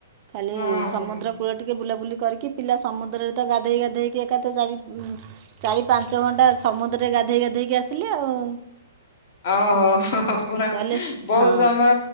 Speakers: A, on the right; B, on the left.
A: ଖାଲି
B: ହଁ
A: ସମୁଦ୍ର କୂଳ ଟିକେ ବୁଲାବୁଲି କରିକି ପିଲା ସମୁଦ୍ରରେ ତ ଗାଧେଇ ଗାଧେଇକି ଏକାଥ ଚାରି ଚାରି ପାଞ୍ଚ ଘଣ୍ଟା ସମୁଦ୍ରରେ ଗାଧେଇ ଗାଧେଇକି ଆସିଲେ ଆଉ।
B: ଓହୋ
A: ହୁଁ।
B: ହୋ ପୁରୁର
A: କଲେଜ
B: ବହୁ
A: ହଁ
B: ସମୟ